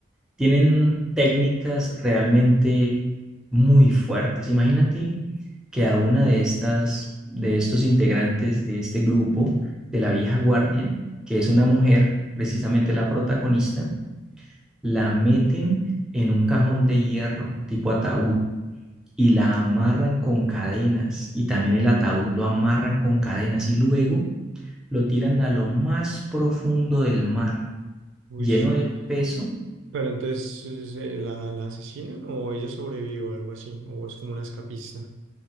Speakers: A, in the centre; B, on the right.
A: tienen técnicas realmente muy fuertes. Imagínate que a una de estas, de estos integrantes de este grupo de la vieja guardia, que es una mujer, precisamente la protagonista, la meten en un cajón de hierro tipo ataúd y la amarran con cadenas y también el ataúd lo amarran con cadenas y luego lo tiran a lo más profundo del mar,
B: Uy,
A: lleno de peso.
B: pero entonces, ¿es, eh, ¿la, la asesinan o ella sobrevive o algo así? ¿O es como una escapista?